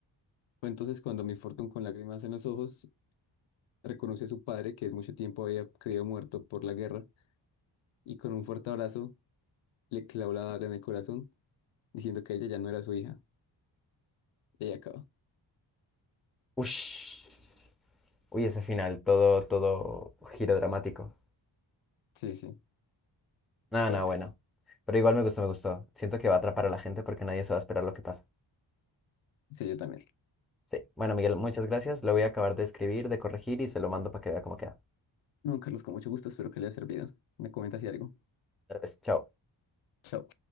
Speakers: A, on the left; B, in the centre.
A: Fue entonces cuando Miss Fortune con lágrimas en los ojos reconoció a su padre que mucho tiempo había creído muerto por la guerra y con un fuerte abrazo le clavó la daga en el corazón, diciendo que ella ya no era su hija. Y ahí acabó.
B: ush, uy, ese final, todo, todo giro dramático.
A: Sí, sí,
B: No,
A: fuerte.
B: no, bueno. Pero igual me gustó, me gustó. Siento que va a atrapar a la gente porque nadie se va a esperar lo que pasa.
A: Sí, yo también.
B: Sí. Bueno, Miguel, muchas gracias. Lo voy a acabar de escribir, de corregir y se lo mando para que vea cómo queda.
A: No, Carlos, con mucho gusto, espero que le haya servido. Me comenta si algo.
B: Tal vez. Chao.
A: Chao.